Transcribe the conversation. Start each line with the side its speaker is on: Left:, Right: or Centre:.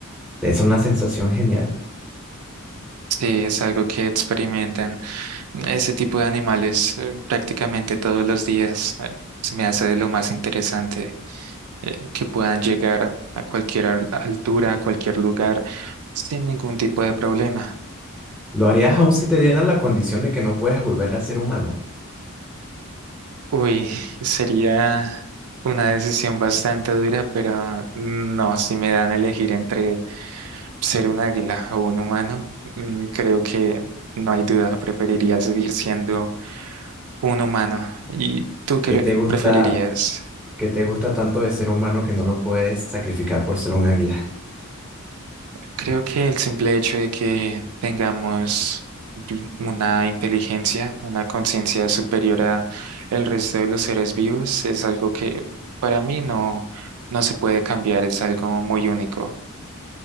Centre: Es una sensación genial.
Right: Sí, es algo que experimentan ese tipo de animales eh, prácticamente todos los días. Eh, Se me hace de lo más interesante. eh, que puedan llegar a cualquier al- altura, a cualquier lugar, sin ningún tipo de problema.
Centre: ¿Lo harías aún si te dieran la condición de que no puedes volver a ser humano?
Right: Uy, <laughs> sería una decisión bastante dura, pero no, si me dan a elegir entre ser un águila o un humano, mm, creo que no hay duda, preferiría seguir siendo un humano. ¿Y tú qué
Centre: ¿Qué te gusta,
Right: preferirías?
Centre: qué te gusta tanto de ser humano que no lo puedes sacrificar por ser un águila?
Right: Creo que el simple hecho de que tengamos una inteligencia, una conciencia superior a el resto de los seres vivos es algo que para mí no, no se puede cambiar, es algo muy único.